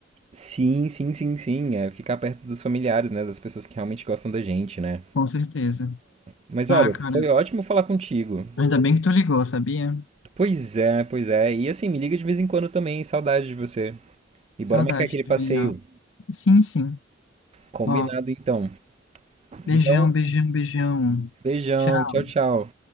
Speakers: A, on the right; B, on the left.
A: Sim, sim, sim, sim. É ficar perto dos familiares, né? Das pessoas que realmente gostam da gente, né?
B: Com certeza.
A: Mas
B: Ah,
A: olha,
B: cara.
A: foi ótimo falar contigo.
B: Ainda bem que tu ligou, sabia?
A: Pois é, pois é. E assim, me liga de vez em quando também, saudade de você. E bora
B: Saudade
A: marcar aquele passeio.
B: também, ó. Sim, sim.
A: Combinado
B: Ó,
A: então.
B: beijão,
A: Então,
B: beijão, beijão.
A: beijão,
B: Tchau.
A: tchau, tchau.